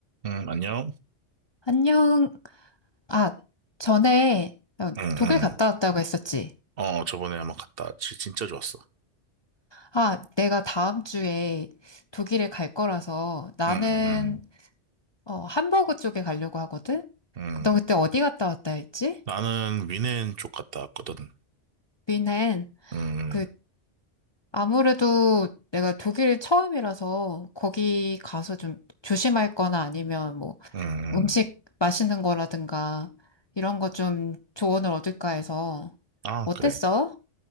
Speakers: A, on the right (about 55°); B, on the left (about 35°).
A: 응, 안녕?
B: 안녕. 아, 전에 어,
A: 응, 응.
B: 독일 갔다 왔다고 했었지.
A: 어, 저번에 한번 갔다 왔지. 진짜 좋았어.
B: 아, 내가 다음 주에 독일에 갈 거라서 나는
A: 응, 응,
B: 어, 함버그 쪽에 가려고 하거든.
A: 응. 응.
B: 너 그때 어디 갔다 왔다 했지?
A: 나는 위넨 쪽 갔다 왔거든.
B: 뮌헨.
A: 응,
B: 그 아무래도 내가 독일 처음이라서 거기 가서 좀 조심할 거나 아니면 뭐
A: 응, 응.
B: 음식 맛있는 거라든가 이런 거 좀 조언을 얻을까 해서
A: 아,
B: 어땠어?
A: 그래.